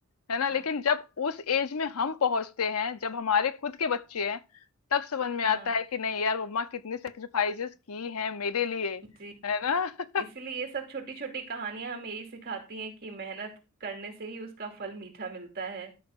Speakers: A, on the left (about 75°); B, on the right (about 45°).
A: है ना
B: हाँ
A: लेकिन जब उस एज में हम पहुंचते हैं जब हमारे खुद के बच्चे हैं तब समझ में
B: हाँ
A: आता है कि नहीं यार मम्मा कितनी सेक्रीफाइसेस की हैं मेरे लिए
B: जी
A: है ना
B: इसीलिए ये सब छोटी छोटी कहानियां हमें यही सिखाती हैं कि मेहनत करने से ही उसका फल मीठा मिलता है